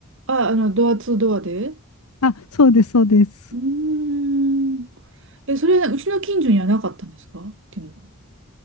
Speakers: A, on the right (about 55°); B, on the left (about 80°).
A: あ、あの、ドアツードアで
B: あ、そうです、そうです。
A: うーん。え、それ、うちの近所にはなかったんですかっていうのは。